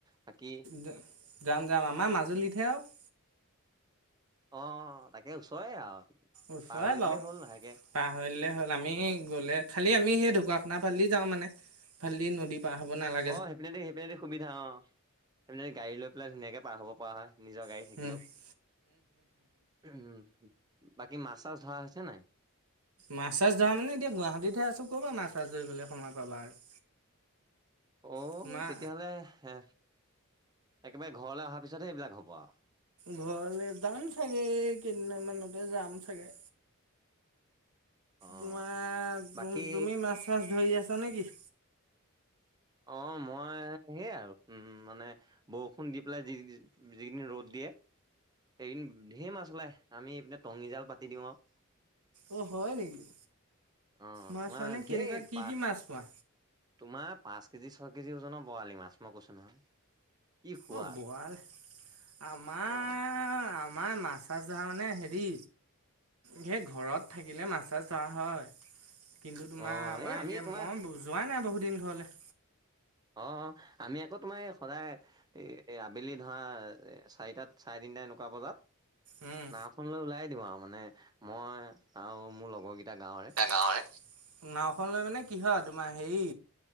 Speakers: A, on the right; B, on the right.
A: বাকী
B: য-যাম, যাম আমাৰ মাজুলীতহে আৰু।
A: অ', তাকে ওচৰে আৰু।
B: ওচৰে
A: পাৰ হৈ
B: বাৰু,
A: দিলে হ'ল লাহেকে
B: পাৰ হৈ দিলে হ'ল আমি
A: অ
B: গ'লে খালি আমি সেই ঢকুৱাখানা ফালেদি যাওঁ মানে, সেইফালেদি নদীত পাৰ হ'ব নালা
A: অ', সেইপিনেদি, সেইপিনেদি সুবিধা অ'। সিফালেদি গাড়ী লৈ পেলাই ধুনীয়াকে পাৰ হ'ব পৰা হয়, নিজৰ গাড়ী
B: উম-উম-উম-উম-উম-উম
A: থাকিলেও। উম, বাকী মাছ চাছ ধৰা হৈছেনে নাই?
B: মাছ চাছ ধৰা মানে এতিয়া গুৱাহাটীতহে আছোঁ, ক'ৰ পৰা মাছ মাছ ধৰিবলৈ সময় পাবা আৰু।
A: অ',
B: তোমাৰ
A: তেতিয়াহ'লে হে, একেবাৰে ঘৰলৈ অহাৰ পিছতহে এইবিলাক হ'ব আৰু।
B: ঘৰলে যাম চাগে, এই কেইদিনমানতে যাম চাগে।
A: অ
B: তোমাৰ,
A: বাকী
B: তুম-তুমি মাছ চাছ ধৰি আছা নেকি?
A: অ', মই সেয়ে আৰু উম, মানে বৰষুণ দি পেলাই যি-যি-যিকিদিন ৰ'দ দিয়ে সেইকেদিন ঢেৰ মাছ ওলাই, আমি এইপিনে টঙিজাল পাতি দিওঁ আৰু।
B: অ', হয় নেকি?
A: অ',
B: মাছ
A: তোমাৰ
B: মানে
A: ঢেৰ
B: কেনেকুৱা কি,
A: পা
B: কি মাছ পোৱা?
A: তোমাৰ পাঁচ কেজি, ছয় কেজি ওজনৰ বৰালি মাছ মই কৈছোঁ নহয়। কি সোৱাদ
B: অ', বৰাল আমাৰ,
A: অ'।
B: আমাৰ মাছ চাছ ধৰা মানে হেৰি সেই ঘৰত থাকিলে মাছ চাছ ধৰা হয়। কিন্তু তোমাৰ
A: অ',
B: আমাৰ
A: এই আমি
B: এতিয়া
A: তোমাৰ
B: মই যোৱা নাই বহুদিন ঘৰলে।
A: অ', অ', আমি আকৌ তোমাৰ এই সদায় এ, এ, আবেলি ধৰা এ, চাৰিটাত চাৰে তিনিটা এনেকুৱা বজাত
B: উম।
A: নাওঁখন লৈ ওলায়ে দিওঁ আৰু মানে মই আৰু মোৰ লগৰকেইটা গাঁৱৰে।
B: নাওঁখন লৈ মানে কিহত তোমাৰ হেৰি,